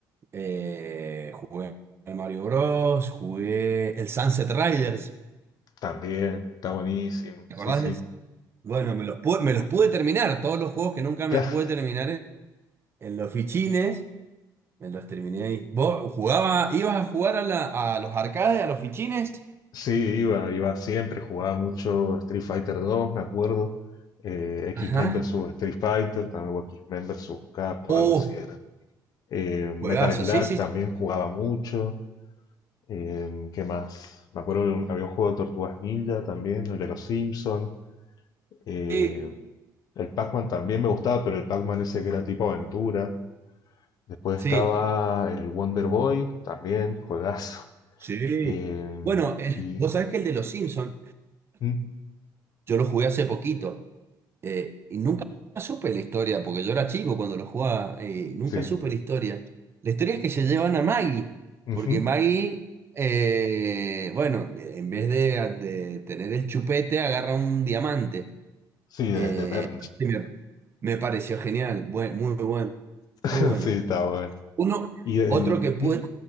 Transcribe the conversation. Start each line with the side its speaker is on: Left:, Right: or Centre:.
Right: Eh, jugué el Mario Bros, jugué el Sunset Riders,
Left: También, está buenísimo.
Right: ¿te
Left: Sí,
Right: acordás?
Left: sí.
Right: de ese? Bueno, me los pude, me los pude terminar, todos los juegos que nunca
Left: Claro,
Right: me pude terminar en, en los fichines, me los terminé ahí. ¿Vos jugaba, ibas a jugar a, la- a los arcades, a los fichines?
Left: sí, iba, iba siempre, jugaba mucho Street Fighter 2, me acuerdo. Eh,
Right: Ajá.
Left: X-Men versus Street Fighter, también o X-Men versus Capcom,
Right: Oh,
Left: algo así era. Eh, Metal
Right: juegazo,
Left: Slug
Right: sí, sí,
Left: también jugaba mucho. Eh, ¿qué más? Me acuerdo de un- había un juego de Tortugas Ninja también, el de los Simpsons. Eh,
Right: sí,
Left: el Pac-Man también me gustaba, pero el Pac-Man ese que era tipo aventura. Después
Right: sí,
Left: estaba el Wonder Boy, también, juegazo.
Right: sí.
Left: Eh,
Right: Bueno, eh,
Left: y
Right: vos sabés que el de los Simpsons,
Left: mm,
Right: yo lo jugué hace poquito. Eh, y nunca supe la historia, porque yo era chico cuando lo jugaba, eh, nunca
Left: sí,
Right: supe la historia. La historia es que se llevan a Maggie,
Left: ujú,
Right: porque Maggie, eh, bueno, en vez de, de tener el chupete, agarra un diamante.
Left: sí,
Right: Eh,
Left: de, de Burns,
Right: y me, me pareció genial, bue- muy bueno,
Left: <laughs>
Right: muy bueno.
Left: sí, estaba bueno.
Right: Uno,
Left: Y eh,
Right: otro que pude...
Left: mm,